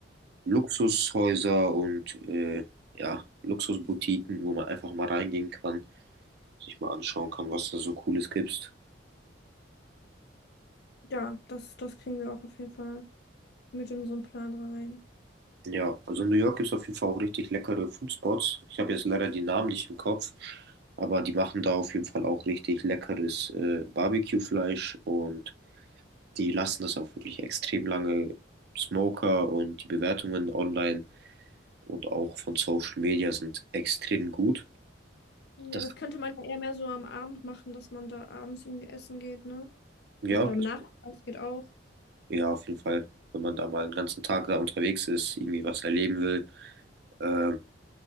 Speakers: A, on the right; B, on the left.
A: Luxushäuser und äh, ja, Luxusboutiquen, wo man einfach mal reingehen kann sich mal anschauen kann, was da so Cooles gibt.
B: Ja, das, das kriegen wir auch auf jeden Fall mit in unseren Plan rein.
A: Ja, also in New York gibt es auf jeden Fall auch richtig leckere Foodspots. Ich habe jetzt leider die Namen nicht im Kopf, aber die machen da auf jeden Fall auch richtig leckeres äh, Barbecue-Fleisch und die lassen das auch wirklich extrem lange. Smoker und die Bewertungen online und auch von Social Media sind extrem gut.
B: Ja,
A: Das,
B: das könnte man ja eher mehr so am Abend machen, dass man da abends irgendwie essen geht, ne?
A: ja,
B: Oder am
A: das,
B: Nachmittag geht auch.
A: ja, auf jeden Fall, wenn man da mal einen ganzen Tag da unterwegs ist, irgendwie was erleben will. Ähm,